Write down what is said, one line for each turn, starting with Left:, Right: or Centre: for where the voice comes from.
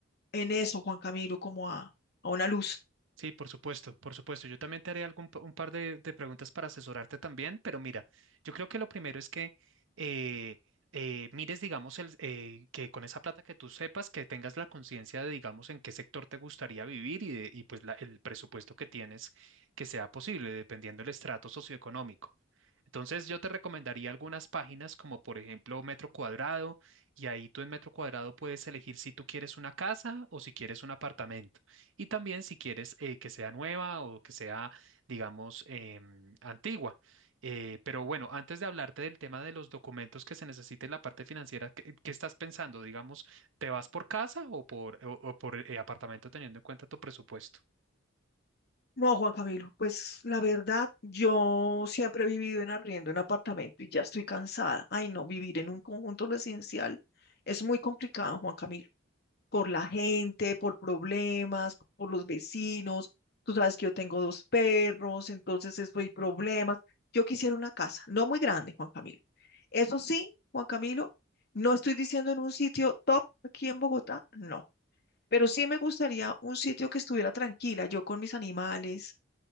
Left: en eso, Juan Camilo, como a, a una luz.
Right: Sí, por supuesto, por supuesto. Yo también te haré algún, pa- un par de, de preguntas para asesorarte también, pero mira, yo creo que lo primero es que eh, eh, mires, digamos, el, eh, que con esa plata que tú sepas, que tengas la conciencia de, digamos, en qué sector te gustaría vivir y, de- y pues la- el presupuesto que tienes que sea posible, dependiendo del estrato socioeconómico. Entonces yo te recomendaría algunas páginas como por ejemplo Metro Cuadrado y ahí tú en Metro Cuadrado puedes elegir si tú quieres una casa o si quieres un apartamento y también si quieres eh, que sea nueva o que sea digamos em, antigua. Eh, pero bueno, antes de hablarte del tema de los documentos que se necesiten en la parte financiera, ¿qué, qué estás pensando? Digamos, ¿te vas por casa o por, o- o por eh, apartamento teniendo en cuenta tu presupuesto?
Left: No, Juan Camilo, pues la verdad, yo siempre he vivido en arriendo en apartamento y ya estoy cansada. Ay, no, vivir en un conjunto residencial es muy complicado, Juan Camilo, por la gente, por problemas, por los vecinos. Tú sabes que yo tengo dos perros, entonces eso hay problemas. Yo quisiera una casa, no muy grande, Juan Camilo. Eso sí, Juan Camilo, no estoy diciendo en un sitio top aquí en Bogotá, no. Pero sí me gustaría un sitio que estuviera tranquila, yo con mis animales